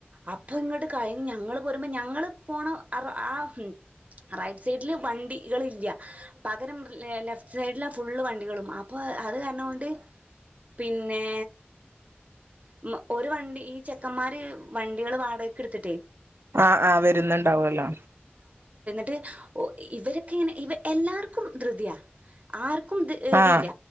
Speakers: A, on the right; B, on the right.
A: അപ്പൊ ഇങ്ങട്ട് കഴിഞ്ഞ് ഞങ്ങള് പ് പോരുമ്പോ ഞങ്ങൾ പോണ ആ ആ റൈറ്റ് സൈഡിൽ വണ്ടി കൾ ഇല്ല പകരം ലെഫ്റ്റ് സൈഡിലാ ആ ഫുള്ള് വണ്ടികളും അപ്പൊ അത് കാരണം കൊണ്ട് പിന്നെ മ്മ് ഒരു വണ്ടി ഈ ചെക്കന്മാര് വണ്ടികൾ വാടകക്ക് ഇട്ത്തിട്ടേ
B: ആ ആ വെരുന്ന്ണ്ടാവോല്ലോ
A: ട്ട് ഒ ഇവരൊക്കെങ്ങെനെ ഇവ എല്ലാർക്കും ധൃതിയാ ആർക് ക്കും ദി ധൃതിയില്ല
B: ആഹ്